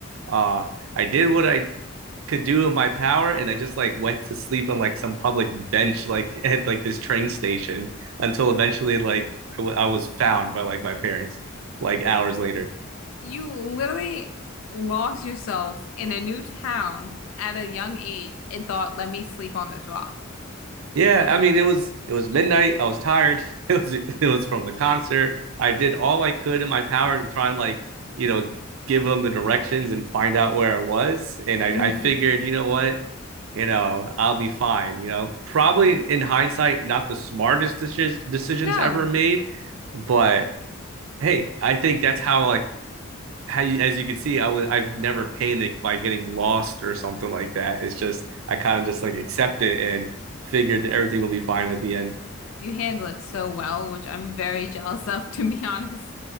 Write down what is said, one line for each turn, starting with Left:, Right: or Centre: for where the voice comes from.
Right: uh I did what I could do in my power and i just like went to sleep on like some public bench like <laughs> at like this train station until eventually like I, w- I was found by like my parents like hours later
Left: You literally lost yourself in a new town at a young age and thought, let me sleep on this rock.
Right: yeah i mean it was it was midnight i was tired <laughs> it was it was from the concert i did all i could in my power to try and like you know give them the directions and find out where i was and i,
Left: hmm
Right: I figured you know what you know, I'll be fine. You know, probably in hindsight, not the smartest deci- decisions
Left: No,
Right: ever made, but hey, I think that's how like how you, as you can see, I was I've never panicked by getting lost or something like that. It's just
Left: Y-
Right: I kind of just like accept it and figured everything will be fine at the end.
Left: you handle it so well, which I'm very jealous of, <laughs> to be honest.